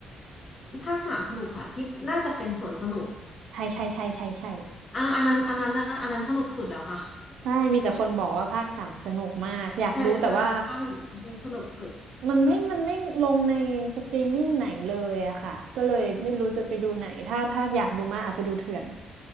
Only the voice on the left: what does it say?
ภาคสามสนุกค่ะที่น่าจะเป็นส่วนสนุก
อ่าอันนั้นอันนั้นนะอันนั้นสนุกสุดแล้วค่ะ
<laughs> ใช่ใช่ภาคหนึ่งสนุกสุด